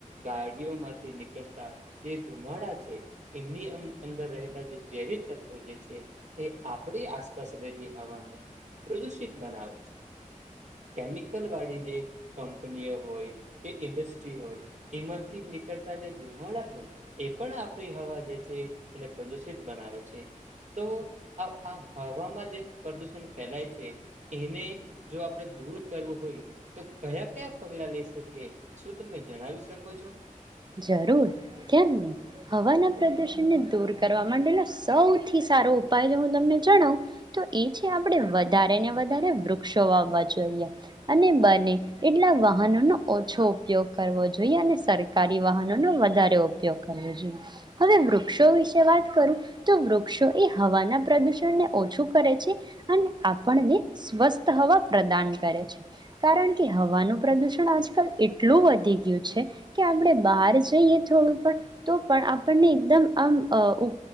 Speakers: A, on the right (about 60°); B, on the right (about 35°).
A: ગાડીઓમાંથી નીકળતા જે ધુમાડા છે. એમની અંદર રહેલા જે ઝેરી તત્વો જે છે એ આપણી આસપાસ રહેલી હવાને પ્રદૂષિત બનાવે છે. કેમિકલ વાળી જે કંપનીઓ હોય કે ઇન્ડસ્ટ્રી હોય એમાંથી નીકળતા જે ધુમાડા હોય એ પણ આપણી હવા જે છે એને પ્રદુષિત બનાવે છે તો આ આ હવામાં જે પ્રદૂષણ ફેલાય છે એને જો આપણે દૂર કરવું હોય તો કયા કયા પગલા લઈ શકીએ. શું તમે જણાવી શકો છો?
B: જરૂર કેમ નઈ. હવાના પ્રદુષણને દૂર કરવા માટેનો સૌથી સારો ઉપાય હું તમને જણાવ તો એ છે આપણે વધારે ને વધારે વૃક્ષો વાવવા જોઈએ અને બને એટલા વાહનોનો ઓછો ઉપયોગ કરવો જોઈએ અને સર કારી વાહનોનો વધારે ઉપયોગ કરવો જોઈએ. હવે વૃક્ષો વિશે વાત કરું તો વૃક્ષો એ હવાના પ્રદુષણને ઓછું કરે છે અને આપણને સ્વસ્થ હવા પ્રદાન કરે છે. કારણ કે હવાનું પ્રદુષણ આજકાલ એટલું વધી ગયું છે કે આપણે બહાર જઈએ થોડું પણ તો પણ આપણને એકદમ આમ અ ઉ